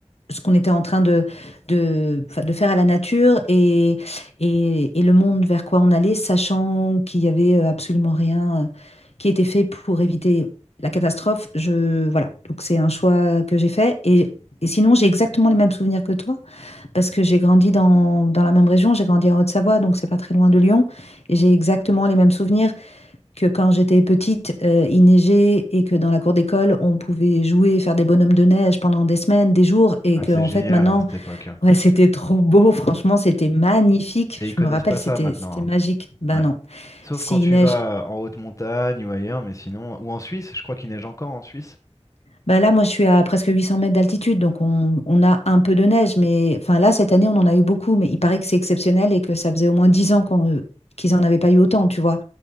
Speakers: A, on the left; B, on the left.
A: ce qu'on était en train de, de, enfin, de faire à la nature et, et, et le monde vers quoi on allait, sachant qu'il y avait euh, absolument rien euh, qui était fait pour éviter la catastrophe. Je, voilà, donc c'est un choix que j'ai fait. Et, et sinon, j'ai exactement les mêmes souvenirs que toi, parce que j'ai grandi dans, dans la même région, j'ai grandi en Haute-Savoie, donc c'est pas très loin de Lyon, et j'ai exactement les mêmes souvenirs que quand j'étais petite, euh, il neigeait et que dans la cour d'école, on pouvait jouer, faire des bonhommes de neige pendant des semaines, des jours, et
B: Ah,
A: que
B: c'est
A: en
B: génial,
A: fait maintenant,
B: hein, cette époque. hein.
A: ouais, <laughs> c'était trop beau, franchement, c'était magnifique.
B: Et ils connaissent
A: Je me rappelle,
B: pas
A: c'était
B: ça maintenant.
A: c'était magique. Ben
B: hein. Ouais.
A: non,
B: Sauf
A: s'il
B: quand tu
A: neige
B: vas en haute montagne ou ailleurs, mais sinon. Ou en Suisse, je crois qu'il neige encore en Suisse.
A: Bah là, moi, je suis à presque 800 mètres d'altitude, donc on, on a un peu de neige. Mais enfin, là, cette année, on en a eu beaucoup, mais il paraît que c'est exceptionnel et que ça faisait au moins 10 ans qu'on, euh, qu'ils en avaient pas eu autant, tu vois.